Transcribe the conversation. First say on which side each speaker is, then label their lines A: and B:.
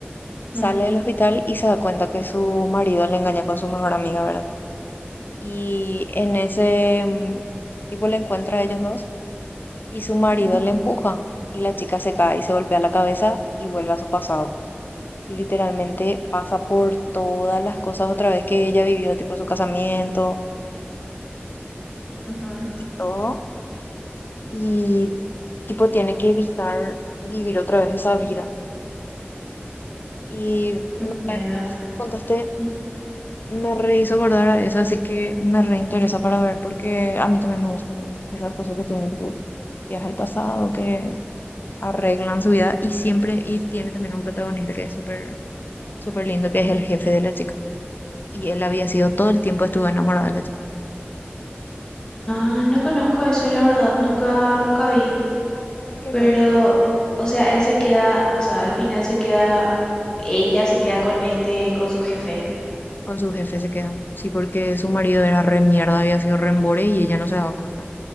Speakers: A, on the left; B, on the left.
A: ujú,
B: Sale del hospital y se da cuenta que su marido le engaña con su mejor amiga, ¿verdad? Y en ese mm, tipo le encuentra a ellos dos y su marido
A: ujú,
B: le empuja y la chica se cae y se golpea la cabeza y vuelve a su pasado. Y literalmente pasa por todas las cosas otra vez que ella vivió, tipo su casamiento,
A: ujú,
B: todo. Y tipo tiene que evitar vivir otra vez esa vida. Y
A: Entiendo.
B: no sé, contaste.
A: Ujú.
B: Me re hizo acordar a eso, así que me reinteresa para ver, porque a mí también me gustan esas cosas que tienen tipo viajes al pasado, que arreglan su vida y siempre, y tiene también un protagonista que es súper, súper lindo, que es el jefe de la chica. Y él había sido todo el tiempo estuvo enamorado de la chica.
A: Ah, no conozco eso, la verdad, nunca, nunca vi.
B: Tenés que
A: Pero,
B: ver.
A: o sea, él se queda, o sea, al final se queda, ella se queda con este, con su jefe.
B: Con su jefe se quedó. Sí, porque su marido era re mierda, había sido re embore y ella no se daba cuenta.